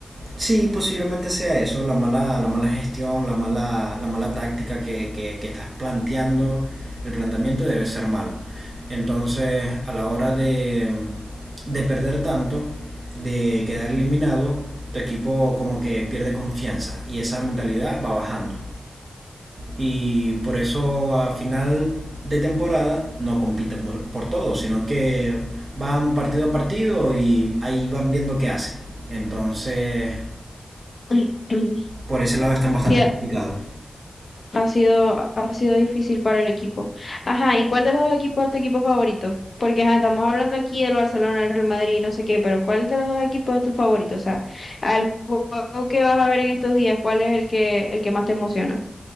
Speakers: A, on the right; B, on the left.
A: Sí, posiblemente sea eso, la mala, la mala gestión, la mala, la mala táctica que, que- que estás planteando, el planteamiento debe ser malo. Entonces, a la hora de, de perder tanto, de quedar eliminado, tu equipo como que pierde confianza y esa mentalidad va bajando. y por eso a final de temporada no compiten por, por todo, sino que van partido a partido y ahí van viendo qué hacen. Entonces,
B: <clears throat>
A: por ese lado están bastante
B: Sí,
A: complicados.
B: Ha sido, ha sido difícil para el equipo. Ajá, ¿y cuál de los dos equipos es tu equipo favorito? Porque ajá, estamos hablando aquí del Barcelona, el Real Madrid, no sé qué, pero ¿cuál de los dos equipos es tu favorito? O sea, al juego que vas a ver en estos días, ¿cuál es el que, el que más te emociona?